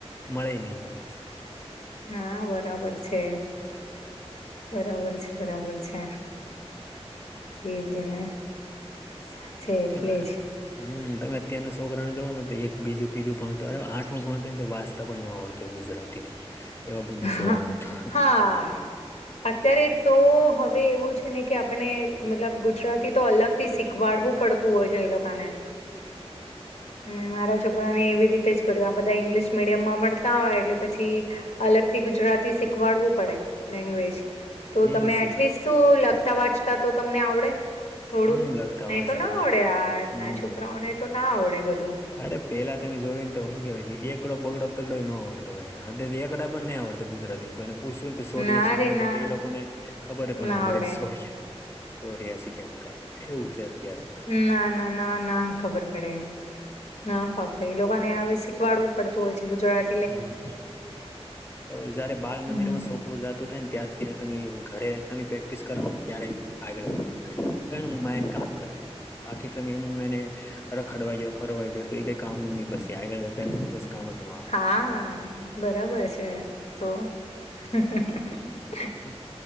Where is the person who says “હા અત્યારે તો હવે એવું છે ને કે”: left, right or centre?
Left